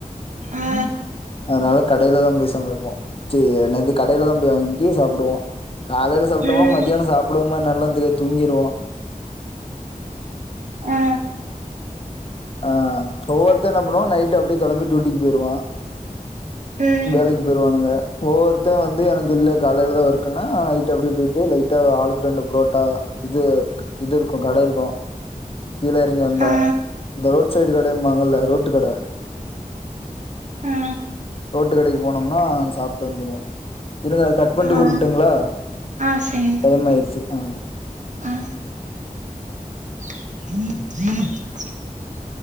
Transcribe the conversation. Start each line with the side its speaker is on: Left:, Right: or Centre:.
Right: ஆ
Left: அதனால கடையில தா போய் சமைப்போ சீ என்னது கடையில தான் போய் வாங்க கீ சாப்பிடுவோ காலையில சாப்பிட்டோம்னா
Right: ம்
Left: மத்தியான சாப்பிடுவோம என்னன்னுலா தெரியாது தூங்கிடுவோ
Right: ஆ
Left: ஆ ஒவ்வொருத்த என்ன பண்ணுவோ நைட் அப்படியே கிளம்பி டூட்டிக்கு போயிருவா
Right: ம்
Left: வேலைக்கு போய்ரூவானுங்க ஒவ்வொருத்தை வந்து எனக்கு இல்ல காலையிலதா ஒர்க் அப்டினா நைட் அப்படியே போயிட்டு லைட்டா ஆளுக்கு ரெண்டு புரோட்டா இது இது இருக்கு கடை இருக்கு கீழே இறிங்க வந்தா
Right: ஆ
Left: இந்த ரோட் சைடு கடைங்கபங்களா ரோட்டு கடை
Right: ஆ
Left: ரோட்டு கடைக்கு போனோம்னா அங்க சாப்பிட்டு வந்துடுவோ இருங்கா அத கட் பண்ணிட்டு
Right: ஆ
Left: கூப்பிட்டுங்களா
Right: ஆ சரிங்க
Left: டைம் ஆயிடுச்சு ஆ
Right: ஆ <inaudible>